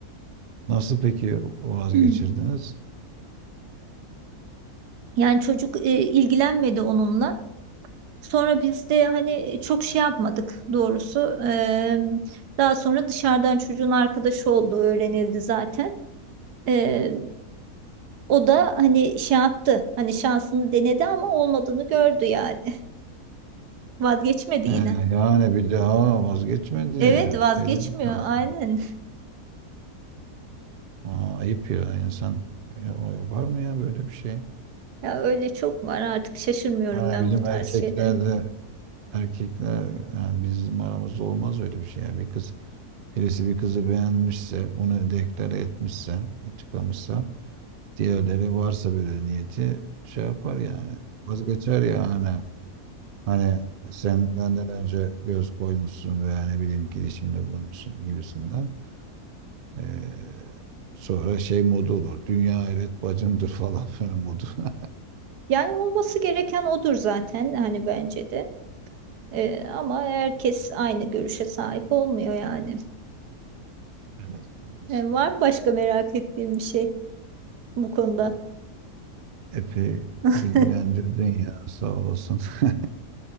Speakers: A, on the right (about 65°); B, on the right (about 90°).
A: Nasıl peki vazgeçirdiniz?
B: <clears throat> Yani çocuk e, ilgilenmedi onunla. Sonra biz de hani çok şey yapmadık doğrusu. Eee, daha sonra dışarıdan çocuğun arkadaşı olduğu öğrenildi zaten. Eee, o da hani şey yaptı. Hani şansını denedi ama olmadığını gördü yani. <laughs> Vazgeçmedi
A: He,
B: yine.
A: yani bir daha vazgeçmedi.
B: Evet vazgeçmiyor
A: Dediniz ne yaptın?
B: aynen.
A: Aa, ayıp ya insan ya, o yapar mı ya böyle bir şey?
B: Ya öyle çok var artık şaşırmıyorum
A: Ha,
B: ben
A: bizim
B: bu tarz
A: erkeklerde
B: şeylerin.
A: erkekler yani bizim aramızda olmaz öyle bir şey ya. Bir kız birisi bir kızı beğenmişse bunu deklare etmişse açıklamışsa diğerleri varsa böyle niyeti şey yapar yani vazgeçer yani. Hani sen benden önce göz koymuşsun veya ne bileyim girişimde bulunmuşsun gibisinden. Ee, sonra şey modu olur. Dünya hayret bacımdır <laughs> falan böyle modu. <laughs>
B: Yani olması gereken odur zaten hani bence de. Eee, ama herkes aynı görüşe sahip olmuyor yani.
A: Evet, evet.
B: E, var
A: Hmm,
B: mı başka merak ettiğim bir şey bu konuda?
A: Yok. Epey bilgilendirdin
B: <laughs>
A: ya sağ olasın. <laughs>